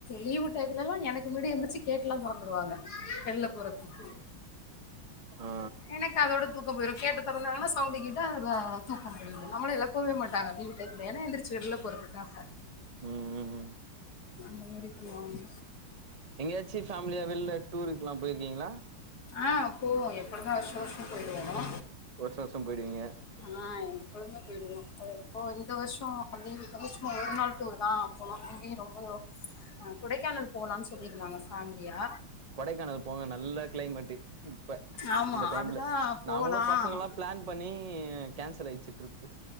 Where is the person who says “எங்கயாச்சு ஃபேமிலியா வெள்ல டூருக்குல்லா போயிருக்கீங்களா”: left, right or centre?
Right